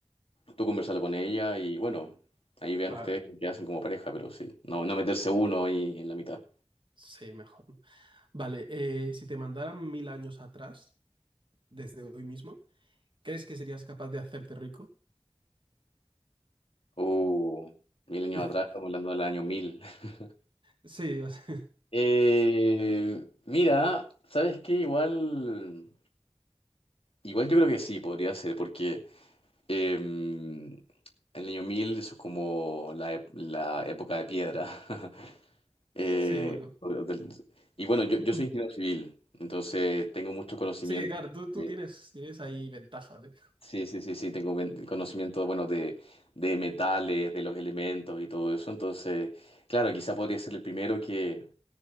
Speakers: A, on the left; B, on the right.
A: tú conversarlo con ella y bueno, ahí vean
B: claro,
A: ustedes qué hacen como pareja, pero sí, no, no meterse uno ahí en la mitad.
B: sí, mejor. ¿no? Vale, eh, si te mandaran mil años atrás, desde hoy mismo, ¿crees que serías capaz de hacerte rico?
A: Uh, mil años
B: <laughs>
A: atrás, estamos hablando del año mil. <laughs>
B: Sí, o sea,
A: Eh, mira, ¿sabes qué? Igual, igual yo creo que sí, podría ser, porque... Em, el año 1000 eso es como la, ep- la época de piedra. <laughs> Eh,
B: <laughs> sí, bueno.
A: o del- y bueno, yo,
B: <clears throat>
A: yo soy ingeniero civil, entonces tengo mucho conocimiento.
B: Sí, claro, tú,
A: de-
B: tú tienes, tienes ahí ventajas, ¿eh?
A: sí, sí, sí, sí, tengo ben- conocimiento, bueno, de, de metales, de los elementos y todo eso. Entonces, claro, quizá podría ser el primero que,